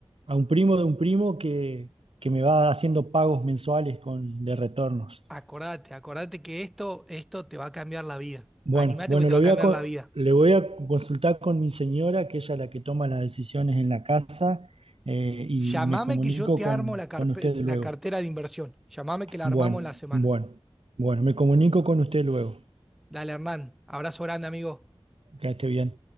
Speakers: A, on the right; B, in the centre.
A: a un primo de un primo que, que me va haciendo pagos mensuales con, de retornos.
B: Acordate, acordate que esto, esto te va a cambiar la vida.
A: Bueno,
B: Animate
A: bueno,
B: porque te
A: lo
B: va
A: voy
B: a cambiar
A: a, co-
B: la vida.
A: le voy a consultar con mi señora, que ella es la que toma las decisiones en la casa, eh, y
B: Llamame
A: me comunico
B: que yo te
A: con,
B: armo la, carpe-
A: con ustedes
B: la
A: luego.
B: cartera de inversión. Llamame que la
A: Bueno,
B: armamos en la semana.
A: bueno, bueno, me comunico con usted luego.
B: Dale, Hernán. Abrazo grande, amigo.
A: Que esté bien.